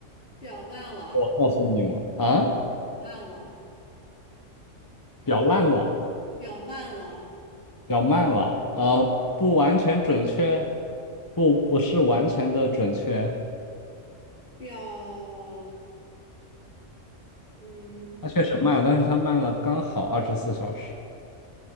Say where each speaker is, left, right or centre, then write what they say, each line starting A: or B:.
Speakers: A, on the left; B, on the left.
A: 表慢了，
B: 告诉你们啊，
A: 慢了，
B: 表烂了，
A: 表慢了。
B: 表慢了，呃，不完全准确，不不是完全的准确，
A: 表，嗯，
B: 它确实慢了，但是它慢了刚好二十四小时。